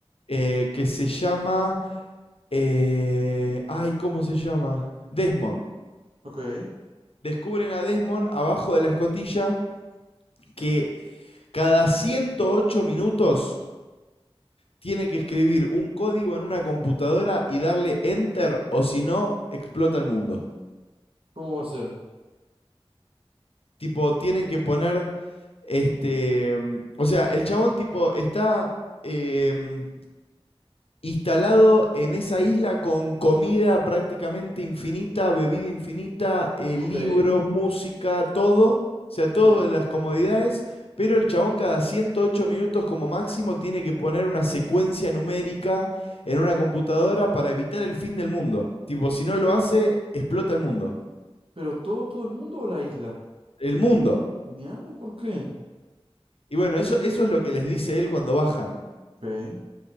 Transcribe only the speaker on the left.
eh, que se llama, eh, ay, ¿cómo se llama? Desmond.
Descubren a Desmond abajo de la escotilla que Cada 108 minutos tiene que escribir un código en una computadora y darle enter o si no, explota el mundo.
Tipo, tienen que poner, este, o sea, el chabón tipo está em, instalado en esa isla con comida prácticamente infinita, bebida infinita, eh,
libros, música, todo, o sea,
todas las comodidades, pero el chabón cada 108 minutos como máximo tiene que poner una secuencia numérica en una computadora para evitar el fin del mundo. Tipo, si no lo hace, explota el mundo.
El mundo.
Y bueno, eso, eso es lo que les dice él cuando bajan.